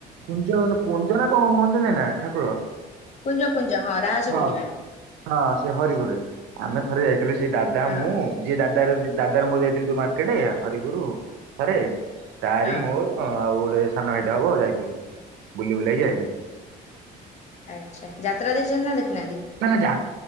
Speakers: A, on the right; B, on the left.
A: କୁଞ୍ଜବନ କୁଞ୍ଜ ନା କଣ ହୁଅନ୍ତି ନେଇ ନା ଠାକୁର।
B: କୁଞ୍ଜ କୁଞ୍ଜ ରାହାସ
A: ହଁ
B: ପୂର୍ଣ୍ଣିମା
A: ହଁ ସିଏ ହରିପୁରରେ। ଆମେ ଥରେ ଯାଇଥିଲୁ ସେଇ ଦାଦା
B: ହଁ
A: ମୁଁ ଯିଏ ଦାଦର ଯି ଦାଦାର ମୋର ଯାଇ ଥିଲି ଯୋଉ ମାର୍କେଟେ ହରିପୁରୁ ଥରେ ତାରି
B: ହଁ
A: ମୋର ଆଉ ଗୋ ଟେ ସାନ ଭାଇଟା ହବ ଆଉ ଯାଇଥିଲି ବୁଲିବୁଲାକି ଆଇଲି
B: ଆଚ୍ଛା ଯାତ୍ରା ଦେଖଚନ୍ତି ନା ଦେଖନା
A: ନା ନା ଯା